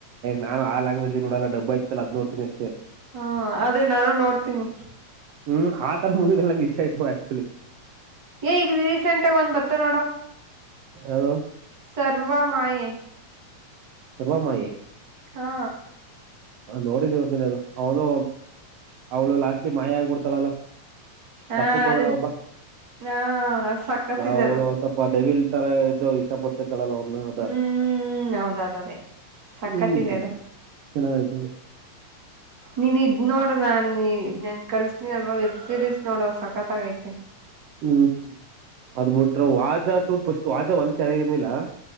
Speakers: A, on the right (about 65°); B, on the right (about 40°).
A: ನಾನು ಆಲ್ಗ್ವಜ್ ನೋಲ್ಲ ಡಬ್ಬ ಇತ್ತಲ್ಲದ್ಡ್ನ ಅಷ್ಟೇ
B: ಹಾ ಅದೇ ನಾನು ನೋಡ್ತೀನಿ
A: ಹ್ಮ್ ಆ ತರ ಮೂವಗಳ. ನಿಶಚಹಿತಕ್ಚುಲಿ
B: ಏ ಈಗ ರೀಸೆಂಟ್ಗ ಒಂದ್ ಬತ್ತ ನೋಡೋ!
A: ಯಾರು?
B: ಸರ್ವಮಯ!
A: ಸರ್ವ ಮಾಯ.
B: ಹಾ.
A: ನೋಡಿದಿ ಇನ ಅದು ಅವನು ಅವಳು ಲಾಸ್ಟ್ಲಿ ಮಾಯ ಆಗ್ಬಿಡ್ತಳಲ್ಲ.
B: ಹಾ
A: ಪ್ಪು ಕಲ್ಲ
B: ಅದೇ
A: ಒಬ್ಬ
B: ಹಾ ಸಕ್ಕತ್ತಿದೆ
A: ಗಾವಳ
B: ಅದು
A: ಸ್ವಪ ಡವಿಲ್. ತರ ಇದು ಇಷ್ಟ ಪಡ್ತ. ಳಲ್ಲ ಅವ್ರನ್ನ ಅದ
B: ಹ್ಮ್ ಹೌದೌದು ಅದೇ ಸಕ್ಕತ್ತಿದೆ
A: ಹ್ಮ ಚನ.
B: ಅದು
A: ಚೆನ್ನತ
B: ನೀನ್ ಇದ್ ನೋಡ ನಾನನ್ ನನ್ ಕಳಸನೀನ ಅಲ್ವಾ ವೆಬ್ ಸೀರೀಸ್. ನೋಡುವ ಸಕತ್ಾಗೈತೆ.
A: ಹ್ಮ್ ಅದ್ಬಟ್ರ ವಾಜಾ ಟೂಪ್ಸ್ಟ್ ವಾಜಾ ಒಂದ್ ಚೆನ್ನಾಗಿನಿಲ್ಲ.